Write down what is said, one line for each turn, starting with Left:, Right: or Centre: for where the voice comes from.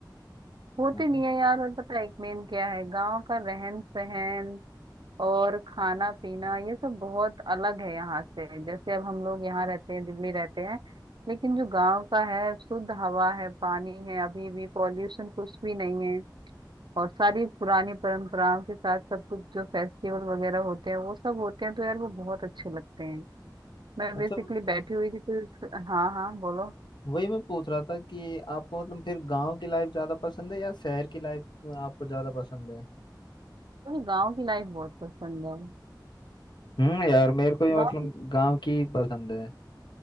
Right: होती
Left: हाँ।
Right: नहीं है यार और पता है एक मेन क्या है गांव का रहन सहन और खाना पीना ये सब बहुत अलग है यहाँ से जैसे अब हम लोग यहाँ रहते हैं दिल्ली रहते हैं लेकिन जो गांव का है शुद्ध हवा है पानी है अभी भी पॉल्यूशन कुछ भी नहीं है और सारी पुरानी परंपराओं के साथ सब कुछ जो फेस्टिवल वगैरह होते हैं वो सब होते हैं तो यार वो बहुत अच्छे लगते हैं मैं
Left: अच्छा
Right: बेसिकली बैठी हुई थी कुछ हाँ हाँ बोलो
Left: वही मैं पूछ रहा था कि आपको मतलब फिर गांव की लाइफ ज्यादा पसंद है या शहर की लाइफ आपको ज्यादा पसंद है
Right: मुझे गांव की लाइफ बहुत पसंद है
Left: हम्म यार मेरे को भी मतलब
Right: गांव की
Left: गांव की पसंद है